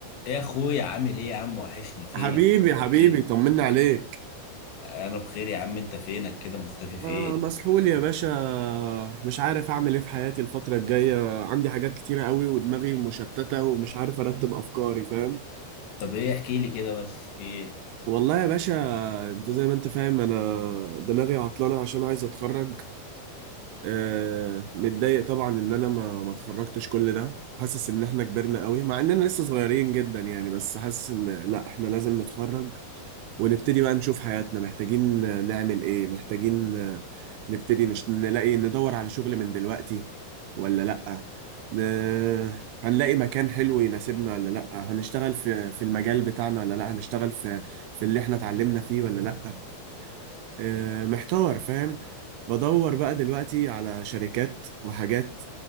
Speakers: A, on the left (about 75°); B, on the right (about 85°).
A: ايه يا اخويا عامل ايه يا عم وحشني فينك
B: حبيبي
A: مختفي
B: حبيبي
A: فين
B: طمنا عليك
A: انا بخير يا عم انت فينك كده مختفي فين
B: آه مسحول يا باشا مش عارف أعمل إيه في حياتي الفترة الجاية عندي حاجات كتيرة قوي ودماغي مشتتة ومش عارف أرتب أفكاري فاهم
A: طب ايه احكي لي كده بس في ايه
B: والله يا باشا أنت زي ما أنت فاهم أنا دماغي عطلانة عشان عايز أتخرج آه متضايق طبعا إن أنا ما ما اتخرجتش كل ده حاسس إن إحنا كبرنا قوي مع إننا لسه صغيرين جدا يعني بس حاسس إن لأ إحنا لازم نتخرج ونبتدي بقى نشوف حياتنا محتاجين نعمل ايه محتاجين نبتدي نش... نلاقي ندور على شغل من دلوقتي ولا لأ ن... هنلاقي مكان حلو يناسبنا ولا لأ هنشتغل في في المجال بتاعنا ولا لأ هنشتغل في في اللي احنا اتعلمنا فيه ولا لأ آه، محتار فاهم بدور بقى دلوقتي على شركات وحاجات